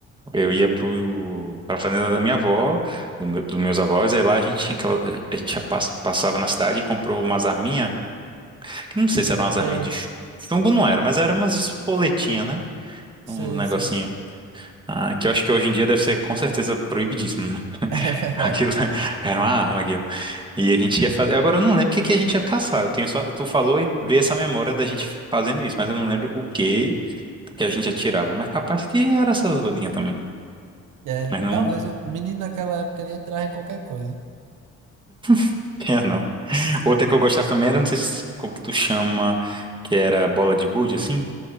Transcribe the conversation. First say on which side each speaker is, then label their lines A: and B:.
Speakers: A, on the right; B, on the right.
A: eu ia pro, pra fazenda da minha avó, do meu- dos meus avós, aí lá a gente tinha aquela, a gente ia pass- passava na cidade e comprou umas arminhas, que não sei se eram umas arminhas
B: Sei,
A: de ch- chumbo, não era, mas eram umas espoletinhas, né?
B: sei,
A: Um negocinho.
B: sei. <laughs>
A: Ah, que eu acho que hoje em dia deve ser com certeza proibidíssimo. né?
B: É verdade.
A: Aquilo <laughs> era uma arma, aquilo. E a gente ia fazer. Agora eu não lembro o que que a gente ia caçar. Eu tenho só. Tu falou e veio essa memória da gente fazendo isso, mas eu não lembro o que que a gente atirava. Mas capaz que era essas rolinhas também.
B: É,
A: Mas não
B: talvez o menino naquela época ali entrava em qualquer coisa.
A: <laughs> tinha, não. Outra que eu gostava também era, não sei se- como que tu chama, que era bola de gude, assim?